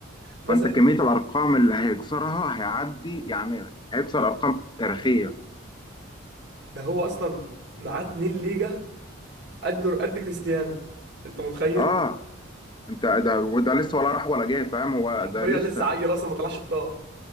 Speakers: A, on the right; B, on the left.
A: مثلا
B: فانت كميه الارقام اللي هيكسرها هيعدي يعني هيكسر ارقام تاريخيه
A: ده هو اصلا معاه 2 ليجا قد قد كريستيانو انت متخيل
B: اه انت ده وده لسه ولا راح ولا جاي فاهم هو
A: حرفيا
B: ده لسه
A: لسه عيل اصلا ما طلعش بطاقه